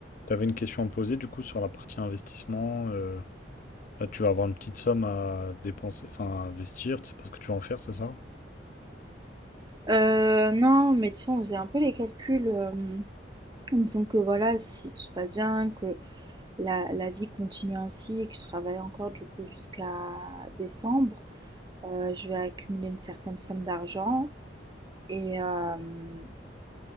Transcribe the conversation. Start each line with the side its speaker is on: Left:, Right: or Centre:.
Left: T'avais une question à me poser du coup sur la partie investissement. euh, là, tu vas avoir une petite somme à dépenser, enfin à investir, tu sais pas ce que tu vas en faire, c'est ça?
Right: Heu, non, mais tu sais, on faisait un peu les calculs, hem, en disant que voilà, si tout se passe bien, que la la vie continue ainsi et que je travaille encore du coup jusqu'à décembre, heu, je vais accumuler une certaine somme d'argent et hem